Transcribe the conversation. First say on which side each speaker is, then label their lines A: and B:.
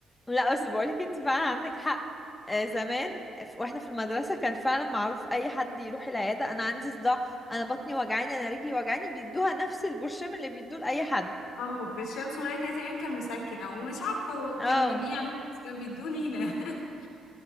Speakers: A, on the left; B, on the left.
A: لا بس بقولك انت فعلا عندك حق آه زمان ف- واحنا في المدرسة كان فعلا معروف اي حد يروح العيادة انا عندي صداع انا بطني وجعاني انا رجلي وجعاني بيدوها نفس البرشام اللي بيدوه لأي حد
B: اه برشام صغير كده تقريبا كان مسكن او مش عارفه هو
A: اه
B: كان من ايه عموما بس كان بيدوه لينا <laughs>